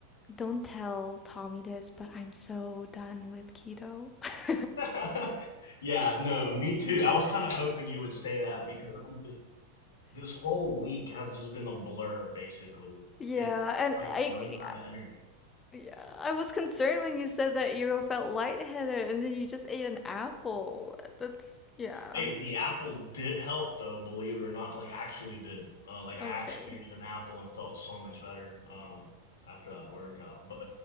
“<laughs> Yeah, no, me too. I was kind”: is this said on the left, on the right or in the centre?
Left